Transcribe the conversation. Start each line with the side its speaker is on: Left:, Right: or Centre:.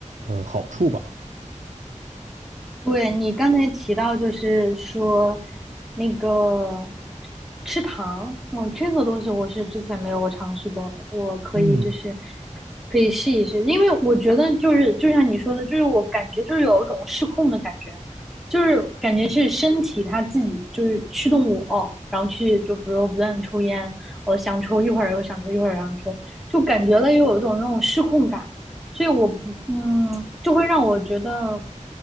Right: 呃好处吧。
Centre: 对，你刚才提到，就是说那个吃糖，哦，这个东西我是之前没有尝试过的，我可以就是
Right: 嗯，
Centre: 可以试一试，因为我觉得就是就像你说的，就是我感觉就是有一种失控的感觉，就是感觉是身体它自己就是驱动我，然后去就比如说不断的抽烟，我想抽一会儿又想抽一会儿又想抽，就感觉了又有一种那种失控感。所以我不嗯，就会让我觉得，